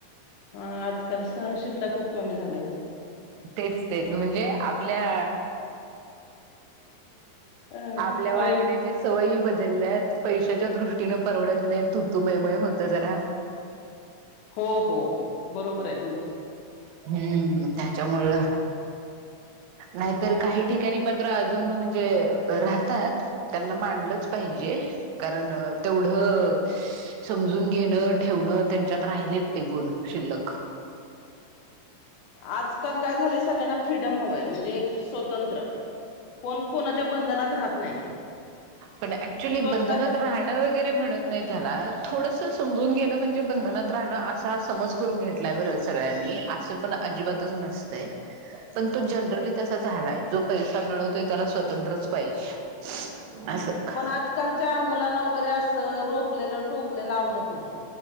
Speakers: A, on the left (about 75°); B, on the right (about 85°).
A: हा आजकाल सहनशीलता खूप कमी झाल्या ओ.
B: तेच तेच म्हणजे आपल्या
A: अ
B: आपल्या
A: पैल
B: वागण्याच्या सवयी ब दल्यात पैशाच्या दृष्टीने परवडत नाही तू तू मैमय होत जरा.
A: हो हो बरोबर आहे तुमचं.
B: हम्म. त्यामुळ नाहीतर काही ठिकाणी मात्र अजून म्हणजे, राहतात त्यांना मांनलंच पाहिजे. कारण तेवढं समजून घेणं, ठेवणं त्यांच्यात राहिलेत ते गुण शिल्लक.
A: आजकाल काय झालंय सगळ्यांना फ्रीडम हवंय. म्हणजे स्वतंत्र कोण कोणाच्या बंधनात राहत नाही.
B: पण ऍक्च्युली
A: स्वतःच्या
B: बंधनात राहणं वगैरे म्हणत नाहीत ह्याला. थोडस समजून घेणं म्हणजे बंधनात राहणं असा समज करून घेतलाय बर सगळ्यांनी, असं पण अजिबातच नसतंय. पण तो जनरली तसा झालाय जो पैसा मिळवतोय त्याला स्वतंत्रच पाहिजे. असं
A: पण आजकालच्या मुलांना बरं असं रोकलेलं, टोकलेलं आवडत नाही.